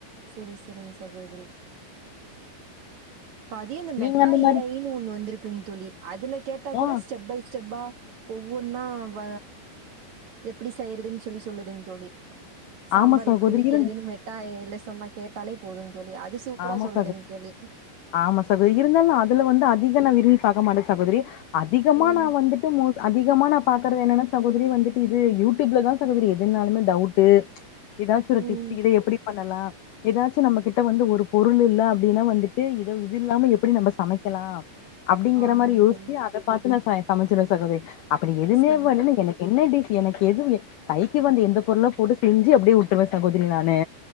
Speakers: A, on the right; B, on the left.
A: செரி செரிங்க சகோதரி பதியு இந்த மெட்டா
B: நீங்க அந்த மாரி
A: ஏ ஐ ன்னு ஒண்ணு வந்திருக்குங் தோழி அதுல கேட்டா
B: ஆ
A: கூட ஸ்டெப் பை ஸ்டெப்பா ஒவ்வொன்னா வ எப்டி செய்யறதுன்னு சொல்லி சொல்லுதுங் தோழி சாம்பார்
B: ஆமா சகோதரி
A: எப்டி வைக்கிறதுன்னு
B: இருந்
A: மெட்டா எ ஐ ல சொன்ன கேட்டாலே போதுங்க தோழி அது சூப்பரா
B: ஆமா
A: சொல்லுதுங்
B: சகோ
A: தோழி
B: ஆமா சகோதரி இருந்தாலு அது இதுல வந்து அதிக நா விரும்பி பாக்க மாட்ட சகோதிரி அதிகமா
A: ம்
B: நா வந்துட்டு மோ அதிகமா நா பாக்கறது என்னனா சகோதரி வந்துட்டு இது யூடியூப்லதா சகோதரி எதுனாலுமே டவுட்டு எதாச்சி ஒரு
A: ம்
B: டிப்ஸ் இதை எப்படி பண்ணலா எதாச்சு நம்ம கிட்ட வந்து ஒரு பொருளில்ல அப்டினா வந்துட்டு இத இது இல்லாம எப்படி நம்ம சமைக்கலா அப்டிங்கிற
A: ஆமாங்
B: மாரி யோசிச்சி
A: தோழி
B: அத பாத்து நா ச சமைச்சிருவ சகோதரி அப்பிடி எதுமே
A: செரி
B: வரலனா எனக்கு என்ன டிஷ் எனக்கு எது கைக்கு வந்து எந்த பொருளோ போட்டு செஞ்சு அப்டியே உட்ருவ சகோதரி நானு